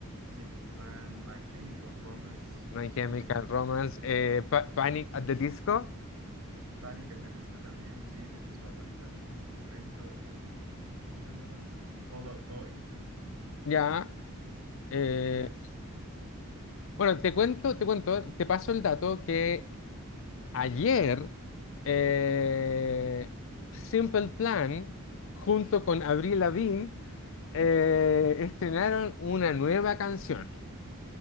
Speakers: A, on the right; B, on the left.
A: Simple Plan, My Chemical Romance,
B: My
A: este,
B: Chemical Romance, eh, Pa- Panic at the Disco.
A: Pánica de Disco también, sí, de mis favoritas en su momento. ¿Cómo se llamaban estos? Los Fall Out Boy.
B: Ya, eh,
A: Ellas,
B: bueno, te cuento, te cuento, te paso el dato que ayer eh, Simple Plan junto con Avril Lavigne eh, estrenaron una nueva canción